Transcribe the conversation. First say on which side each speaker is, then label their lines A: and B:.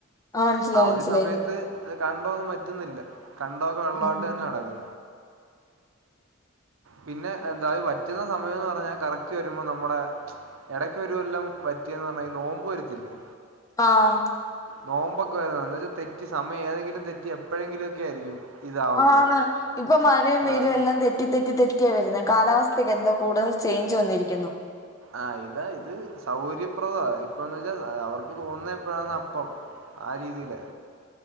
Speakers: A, on the left; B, on the right.
A: ആഹ് മനസ്സിലായി
B: അവധി
A: മനസ്സിലായി
B: സമയത്ത് ത് കണ്ടവൊന്നും വറ്റ്ന്നില്ല. കണ്ടവൊക്കെ വെള്ളവായിട്ട്
A: ഉം
B: തന്നാ കെടക്ക്ന്നെ പിന്നെ എന്താ ഈ വറ്റ്ന്ന സമയംന്ന് പറഞ്ഞാ കറക്റ്റ് വരുമ്പം നമ്മ്ടെ എടയ്ക്കൊരു കൊല്ലം വറ്റിയെന്ന് പറഞ്ഞ ഈ നോമ്പ് വരത്തില്ലെ
A: ആഹ്
B: നോമ്പൊക്കെ വര എന്ന് വച്ച തെറ്റി സമയം ഏതെങ്കിലും തെറ്റി എപ്പഴെങ്കിലൊക്കെ ആയിരിക്കും ഇതാവുന്നത്
A: ആന്ന് ഇപ്പം മഴയും വെയിലും
B: ആ
A: എല്ലാം തെറ്റി തെറ്റി തെറ്റി തെറ്റിയ വര്ന്നെ കാലാവസ്ഥക്കെന്തൊ കൂടുതൽ ചെയ്ഞ്ച് വന്നിരിക്കുന്നു
B: ആഹ് ഇതാ ഇത് സൗകര്യപ്രദവാ ഇപ്പന്ന് വെച്ച അവർക്ക് തോന്ന്ന്നെ എപ്പഴാന്നാ അപ്പം ആ രീതീലാ